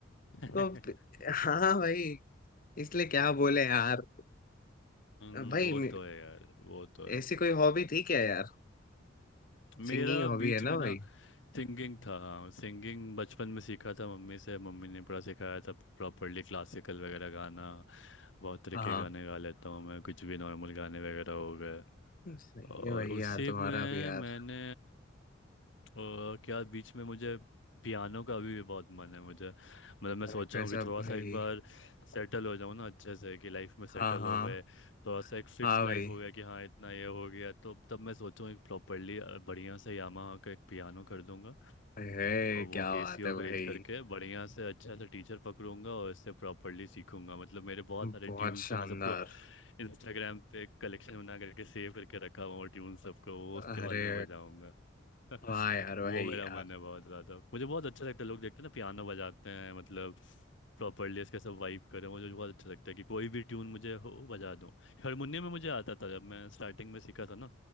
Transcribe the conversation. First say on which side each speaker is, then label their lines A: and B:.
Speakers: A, on the left; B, on the left.
A: <laughs>
B: तो हाँ भाई इसलिए क्या बोले यार
A: हम्म,
B: भाई
A: वो तो
B: मे-
A: है यार वो तो है
B: ऐसी कोई हॉबी थी क्या यार
A: मेरा
B: सिंगिंग हॉबी
A: बीच
B: है
A: में
B: ना भाई
A: ना सिंगिंग था हाँ सिंगिंग बचपन में सीखा था मम्मी से मम्मी ने पूरा सिखाया था प्रॉपरली क्लासिकल वगैरह गाना बहुत तरह
B: हाँ
A: के गाने गा लेता हूँ मैं कुछ भी नॉर्मल गाने वगैरह हो गए
B: सही
A: और
B: है भाई
A: उसी
B: यार तुम्हारा
A: में
B: भी यार
A: मैंने और क्या बीच में मुझे पियानो का अभी भी बहुत मन है मुझे मतलब मैं
B: अरे
A: सोच
B: गजब
A: रहा हूँ कि थोड़ा
B: भाई
A: सा एक बार सेटल हो जाऊँ ना अच्छे से कि लाइफ में सेटल
B: हाँ हाँ
A: हो गए थोड़ा सा एक फिक्स
B: हाँ
A: लाइफ
B: भाई
A: हो गया कि हाँ इतना ये हो गया तो तब मैं सोचूँ एक प्रॉपरली बढ़िया से यामाहा का एक पियानो कर दूंगा
B: अरे
A: और वो
B: क्या
A: केसियो
B: बात है
A: खरीद
B: भाई
A: करके बढ़िया से अच्छा से टीचर पकड़ूंगा और इससे प्रॉपरली सीखूंगा मतलब मेरे बहुत सारे
B: बहुत
A: ट्यून्स
B: शानदार
A: हैं मैं सबको इंस्टाग्राम पे कलेक्शन बना करके सेव करके रखा हुआ हूँ ट्यून सबको वो उसके
B: अरे
A: बाद मैं बजाऊंगा <laughs>
B: वाह यार भाई
A: वो मेरा
B: यार
A: मन है बहुत ज़्यादा मुझे बहुत अच्छा लगता है लोग देखते हैं ना पियानो बजाते हैं मतलब प्रॉपरली इसके सब वाइब करें मुझे बहुत अच्छा लगता है कि कोई भी ट्यून मुझे हो बजा दूँ हारमोनियम में मुझे आता था जब मैं स्टार्टिंग में सीखा था ना